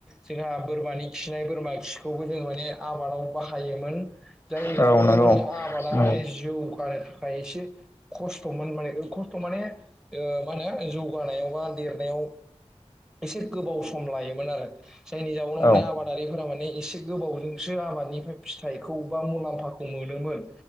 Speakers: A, in the centre; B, on the left (about 20°).
A: जोंहा बोरमानि खिनाय बोरमा खिखौबो जों माने आबादाव बाहायोमोन। जायनि
B: औ
A: जउनाव
B: नंगौ
A: माने आबादा
B: नंगौ
A: माने जौगानो थाखाय एसे खस्थ' <unintelligible> खस्थ' माने मा होनो जौगानायाव बा देरनायाव एसे गोबाव सम लायोमोन आरो। जायनि जाउनाव माने
B: औ
A: आबादारिफोरा माने एसे गोबावजोंसो आबादनिफ्राय फिथाइखौ बा मुलाम्फाखौ मोनो। मोनोमोन